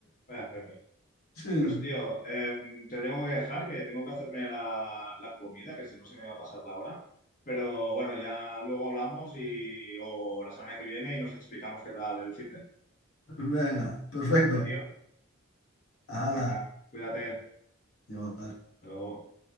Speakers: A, on the left; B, on the left.
A: Vaya jefe.
B: Sí, sí.
A: Pues tío, em, te tengo que dejar, que tengo que hacerme la, la comida, que si no se me va a pasar la hora. Pero bueno, ya luego hablamos y o la semana que viene y nos explicamos qué tal el finde.
B: venga, perfecto.
A: Vale, tío.
B: ala,
A: Venga, cuídate.
B: llevar.
A: Hasta luego.